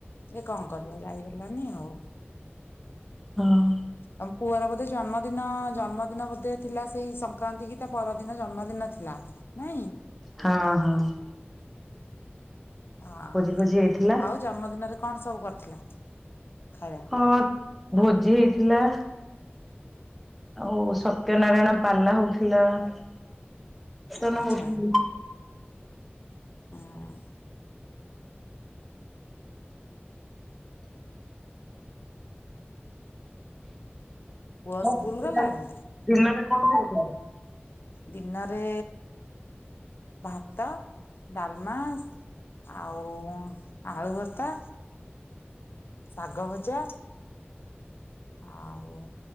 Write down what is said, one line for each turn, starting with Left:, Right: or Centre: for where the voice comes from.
Left: ଇଏ କଣ କରିବ, ଯାଇ ହେଲାନି ଆଉ।
Centre: ହଁ।
Left: ତମ ପୁଅର ବୋଧେ ଜନ୍ମଦିନ, ଜନ୍ମଦିନ ବୋଧେ ଥିଲା ସେଇ ସଂକ୍ରାନ୍ତି କି, ତା ପରଦିନ ଜନ୍ମଦିନ ଥିଲା। ନାଇଁ
Centre: ହଁ ହଁ?
Left: ହଁ
Centre: ଭୋଜି ଫୋଜି ହେଇଥିଲା
Left: ଆଉ ଜନ୍ମଦିନରେ କଣ ସବୁ କରିଥିଲ, ଖାଇବା?
Centre: ହଁ, ଭୋଜି ହେଇଥିଲା। ଆଉ ସତ୍ୟ ନାରାୟଣ ପାଲା ହଉଥିଲା, କୀର୍ତ୍ତନ
Left: ଆଚ୍ଛା
Centre: ହଉଥି
Left: ହଁ ଅଁ? ପୁଅ
Centre: ହଉ
Left: ସ୍କୁଲ
Centre: ଦିନରେ,
Left: ଗଲାଣି
Centre: ଦିନରେ କଣ ଖାଇଥିଲେ?
Left: ଦିନରେ ଭାତ, ଡାଲମା ଆଉ ଆଳୁ ଭର୍ତା ଶାଗ ଭଜା, ଆଉ